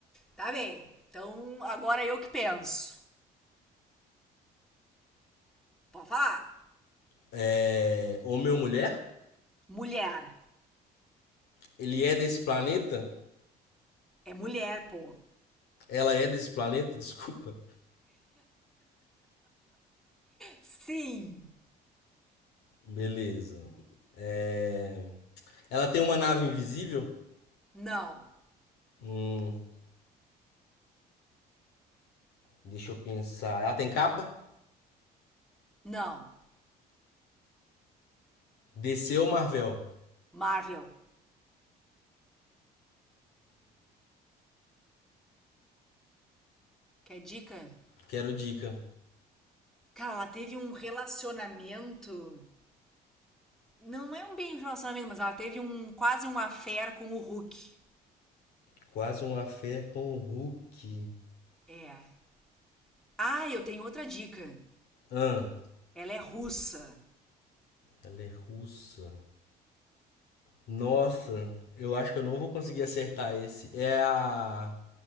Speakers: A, in the centre; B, on the left (about 75°).
A: Tá bem. Então, agora eu que penso. Pode falar?
B: é... Homem ou mulher?
A: Mulher.
B: Ele é desse planeta?
A: É mulher, pô.
B: Ela é desse planeta? <laughs> Desculpa.
A: Sim.
B: Beleza. É... Ela tem uma nave invisível?
A: Não.
B: Hum, deixa eu pensar. Ela tem capa?
A: Não.
B: DC ou Marvel?
A: Marvel. Quer dica?
B: Quero dica.
A: Cara, ela teve um relacionamento. Não é um bem relacionamento, mas ela teve um quase um affair com o Hulk.
B: Quase uma fé com o Hulk.
A: É. Ah, eu tenho outra dica.
B: Ah,
A: Ela é russa.
B: ela é russa. Nossa, eu acho que eu não vou conseguir acertar esse. É a